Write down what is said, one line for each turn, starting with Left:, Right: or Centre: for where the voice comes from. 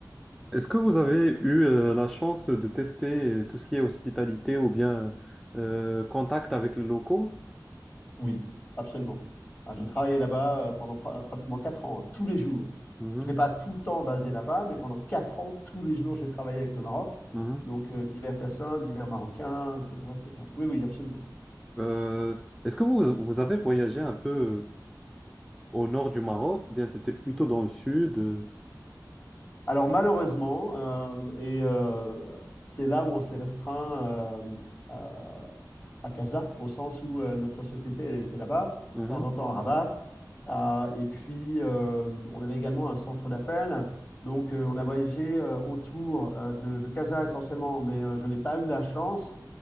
Centre: Est-ce que vous avez eu euh, la chance de tester euh, tout ce qui est hospitalité ou bien euh, contact avec les locaux?
Left: Oui, absolument. Ah,
Centre: Mhm,
Left: j'ai travaillé là-bas euh, pendant pra- pratiquement quatre ans, hein, tous les jours.
Centre: mhm.
Left: Je n'ai pas tout le temps basé là-bas, mais pendant quatre ans, tous les jours, j'ai travaillé avec le Maroc.
Centre: Mhm.
Left: Donc, euh, diverses personnes, divers Marocains, etc., etc. Oui, oui, absolument.
Centre: Euh, est-ce que vous, vous avez voyagé un peu? euh, au nord du Maroc, eh bien c'était plutôt dans le sud. euh,
Left: Alors malheureusement, euh, et euh, c'est là où on s'est restreint euh, à, à Casa, au sens où euh, notre société elle était là-bas,
Centre: mhm,
Left: de temps en temps à Rabat. Ah, et puis, euh, on avait également un centre d'appel. Donc, euh, on a voyagé euh, autour euh, de, de Casa essentiellement, mais euh, je n'ai pas eu la chance,